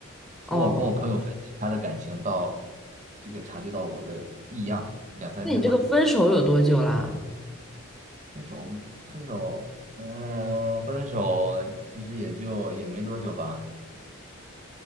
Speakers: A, on the right; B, in the centre.
A: 从我跟我朋友分析他的感情到
B: 哦，
A: 这个察觉到我的异样，两三天吧。
B: 那你这个分手有多久啦？
A: 分手，分手，嗯，分手其实也就也没多久吧，